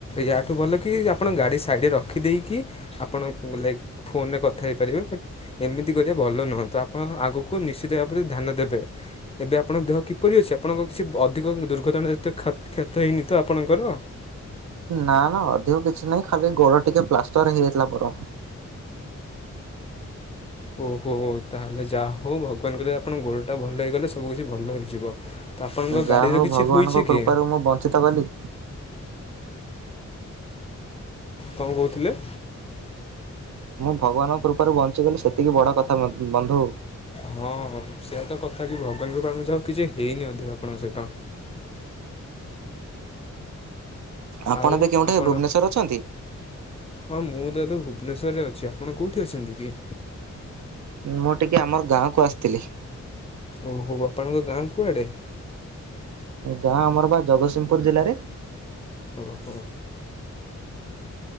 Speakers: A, on the left; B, on the right.
A: ୟାଠୁ ଭଲ କି ଆପଣ ଗାଡ଼ି ସାଇଡ଼େ ରଖିଦେଇକି ଆପଣ ଲାଇକ୍- ଫୋନରେ କଥା ହେଇପାରିବେ ବଟ୍ ଏମିତି କରିବା ଭଲ ନୁହଁତା ଆପଣ ଆଗକୁ ନିଶ୍ଚିତ ଧ୍ୟାନ ଦେବେ। ଏବେ ଆପଣଙ୍କ ଦେହ କିପରି ଅଛି ଆପଣଙ୍କ କିଛି ଅଧିକ ଦୁର୍ଘଟଣା ଜ କ୍ଷତ ହେଇନି ତ ଆପଣଙ୍କର
B: ନା ନା ଅଧିକ କିଛି ନାହିଁ ଖାଲି ଗୋଡ ଟିକେ ପ୍ଲାଷ୍ଟର ହେଇଯାଇଥିଲା ମୋର।
A: ଓହୋ ତାହେଲେ ଯାହା ହଉ ଭଗବାନ କିଲ ଆପଣଙ୍କ ଗୋଡ଼ଟା ଭଲ ହେଇଗଲେ ସବୁ କିଛି ଭଲ ହେଇଯିବ। ତ ଆପଣଙ୍କ
B: ଯାହା
A: ଗାଡ଼ିର
B: ହଉ
A: କିଛି
B: ଭଗବାନଙ୍କ
A: ହୋଇଛି
B: କୃପାରୁ
A: କି?
B: ମୁଁ ବଞ୍ଚିତ କଲି।
A: କ'ଣ କହୁଥିଲେ?
B: ମୁଁ ଭଗବାନଙ୍କ କୃପାରୁ ବଞ୍ଚିଗଲି ସେତିକି ବଡ କଥା ବନ୍ଧୁ।
A: ହଁ ସେଆ ତ କଥା କି ଭଗବାନଙ୍କ ପାଝ ଆଉ କିଛି ହେଇନି ଅଧିକ ଆପଣଙ୍କ ସହିତ।
B: ଆପଣ
A: ଆଉ
B: ଏବେ କେଉଁଠାରେ
A: ଆପଣ
B: ଭୁବନେଶ୍ୱର ଅଛନ୍ତି?
A: ହଁ ମୁଁ ତ ଏବେ ଭୁବନେଶ୍ଵରରେ ଅଛି ଆପଣ କୋଉଠି ଅଛନ୍ତି କି?
B: ମୁଁ ଟିକେ ଆମର ଗାଁ କ ଆସିଥିଲି।
A: ଓହୋ ଆପଣଙ୍କ ଗାଁ କୁଆଡେ?
B: ଗାଁ ଆମର ବା ଜଗତସିଂହପୁର ଜିଲ୍ଲାରେ।
A: ଓହୋ